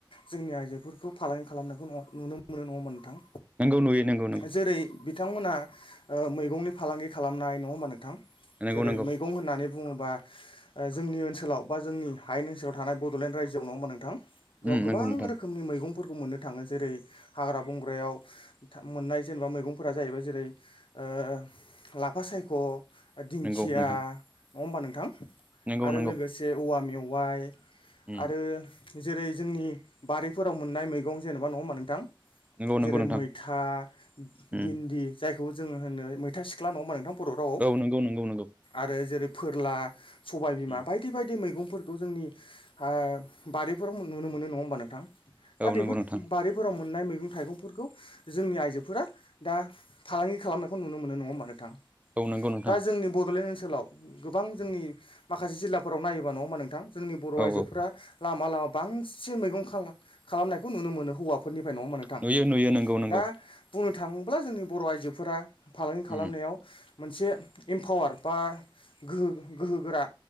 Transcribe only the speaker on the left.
जोंनि आइजोफोरखौ फा लांगि खालामनायखौ नुनो मोनो नङा होनबा नोंथां
जेरै बिथांमोना ओ मैगंनि फालांगि खालामनाय नङा होमबा नोंथां
जेरै
मैगं होनना होननानै बुङोबा ओ जोंनि ओनसोलाव बा जोंनि हायेन ओनसोलाव थानाय बड'लेण्ड रायजोआव नङा होनबा नोंथां बेयाव
गोबां
रोखोमनि मैगं फोरफोरखौ मोननो थाङो जेरै हाग्रा बंग्रायाव मोननाय जेनेबा मैगंफोरा जाहैबाय जेरै ओ लाफा सायख' दिंखिया
नङा होमबा नोंथां
आरो
लोगोसे औवा मेवाइ। आरो
जेरै जोंनि बारिफोराव मोननाय मैगं जेनेबा नङा होमबा नोंथां।
जेरै
मैथा
भिन्दि जाय खौ जोङो होनो मैथा सिख्ला नङा होमबा नोंथां बर' रावआव
आरो जेरै फोरला। सबायबिमा
बायदि बायदि मैगं। फोरखौ जोंनि हा बारिारिफोराव नुनो मोनो नङा होमबा नोंथां।
दा बेफोर
बारिफोराव मोन मोननाय मैगं थाइगंफोरखौ जोंनि आइजोफोरा दा फालांगि खालामनायखौ नुनो मोनो नङा होनबा नोंथां।
दा जोंनि बड'लेण्ड ओनसोलाव गोबां जोंनि माखासे जिल्लाफोराव नायोबा नङा होनबा नोंथां जोंनि बर'
आइजोफोरा
लामा लामा। बांसिन मैगं खा खालामनायखौ नुनो मोनो हौवाफोरनिफ्राय नङा होनब नोंथां
दा बुंनो थाङोब्ला जोंनि बर' आइजोफोरा फालांगि खालामनायाव
मोनसे इमपावार बा गोहो गोहो गोरा